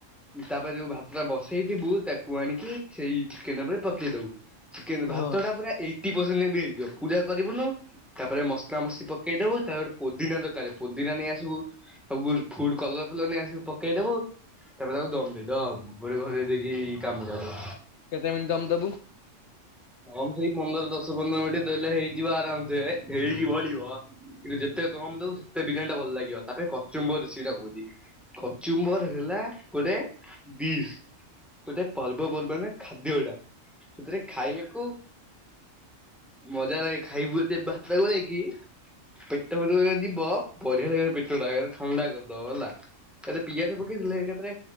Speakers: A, in the centre; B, on the left.
A: ତାପରେ ଯୋଉ ଭାତ ଟା ବସେଇଥିବୁ। ତାକୁ ଆଣିକି ସେଇ ଚିକେନ ଉପରେ ପକେଇ ଦବୁ ଚିକେନ
B: ହଁ
A: ଭାତ ଟା ପୁରା ଏଇଟିନ ପରସେଣ୍ଟ ଯେମିତି ହେଇଥିବ ପୁରା କରିବୁନୁ ତାପରେ ମସଲା ମସଲି ପକେଇଦବୁ ତାପରେ ପୋଦିନା ଦରକାର ପୋଦିନା ନେଇ ଆସିବୁ ସବୁ ଫୁଡ କଲର ଫଲର ନେଇ ଆସିବୁ ପକେଇଦବୁ ତାପରେ ତାକୁ ଦମ ଦେଇଦବୁ ଗୋଟେ ଘୋରେଇ ଦେଇକି ଗାମୁଛାଟେ
B: କେତେ ମିନିଟ୍ ଦମ ଦବୁ?
A: ହମ ସେଇ ପନ୍ଦର ଦଶ ପନ୍ଦର ମିନିଟ୍ ଦେଲେ ହେଇଯିବ ଆରାମସେ ହେଇ କି ବଳିବ ଯେତେ କମ ଦବୁ ସେତେ ବିରିୟାନୀ ଟା ଭଲ ଲାଗିବ ତାପରେ କଚୁମ୍ବର ସେଟା କୁହନ୍ତି କଚୁମ୍ବର ହେଲା ଗୋଟେ ଡିଶ୍ ଗୋଟେ ପର୍ବପର୍ବାଣୀ ରେ ଖାଦ୍ୟ ଏଟା ସେଥିରେ ଖାଇବାକୁ ମଜା ଲାଗେ ଖାଇବୁ ଯଦି ଭାତ ଗୋଳେଇକି ପେଟ ଭିତରକୁ ଯେତବେଳେ ଯିବ ବଢିଆ ଲାଗିବ ରେ ପେଟଟା ଏକାଥରେ ଥଣ୍ଡା କରିଦବ ହେଲା। ତାଦେରେ ପିଆଜ ପକେଇଦେଲେ ଏକଥରେ